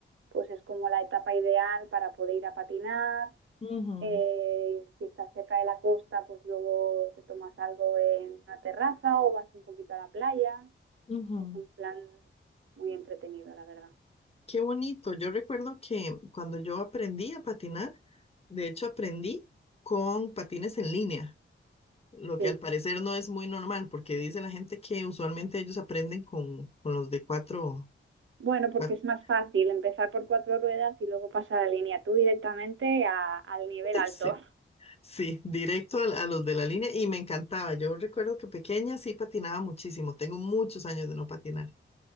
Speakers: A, on the right (about 70°); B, on the left (about 30°).
A: pues es como la etapa ideal para poder ir a patinar.
B: Ujú,
A: Eh, si estás cerca de la costa, pues luego te tomas algo en una terraza o vas un poquito a la playa.
B: ujú.
A: Es un plan muy entretenido, la verdad.
B: Qué bonito. Yo recuerdo que cuando yo aprendí a patinar, de hecho aprendí con patines en línea, lo
A: Sí.
B: que al parecer no es muy normal, porque dice la gente que usualmente ellos aprenden con, con los de cuatro,
A: Bueno, porque
B: <laughs>
A: es más fácil empezar por cuatro ruedas y luego pasar a la línea tú directamente a- al nivel alto.
B: Sí. Sí, directo al- a, los de la línea y me encantaba. Yo recuerdo que pequeña sí patinaba muchísimo. Tengo muchos años de no patinar.